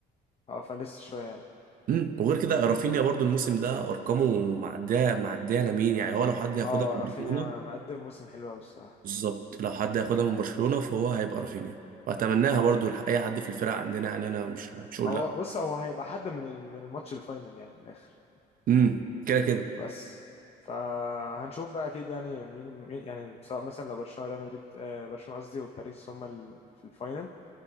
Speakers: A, on the left (about 35°); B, on the right (about 55°).
A: اه فلسه شويه يعني
B: امم وغير كده رافينيا برضو الموسم ده ارقامه معديه معديه لمين يعني هو لو حد هياخدها
A: اه
B: من
A: رافينيا
B: برشلونه
A: مقدم موسم حلو قوي الصراحه
B: بالظبط لو حد هياخدها من برشلونه فهو هيبقى رافينيا واتمناها برضو لح- اي حد في الفرقه عندنا يعني انا مش مش هقول
A: هو
B: لا
A: بص هو هيبقى حد من ال- من الماتش الفاينل يعني من الاخر
B: امم كده كده
A: بس فهنشوف بقى اكيد يعني مين مين يعني سواء مثلا لو برشلونه ريال مدريد آه برشلونه قصدي وباريس هما ال- في الفاينل